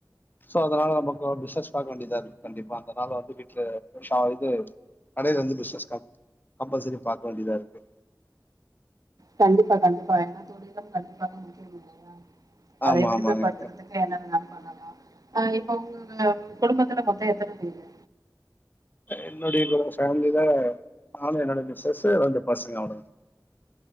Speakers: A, on the left; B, on the right.
A: சோ அதனால நமக்கு பிஸ்னஸ் பாக்க வேண்டியதா இருக்கு கண்டிப்பா அதனால வந்து வீட் <unintelligible> இது கடையில வந்து பிசினஸ் கம்பல்சரி பார்க்க வேண்டியதா இருக்கு
B: கண்டிப்பா கண்டிப்பா எல்லா தோழி கண்டிப்பா முக்கியம் இல்லையா அதை
A: ஆமா
B: எதிலையுமே
A: ஆமாங்க
B: படுத்துறதுக்கு என்ன நா பண்ணனும் அஹ் இப்ப உங்க குடும்பத்துல மொத்தம் எத்தன பேரு
A: என்னுடைய குடுப பேமிலில நானும் என்னோட மிஸ்ஸஸ் ரெண்டு பசங்க அவ்வளவுதா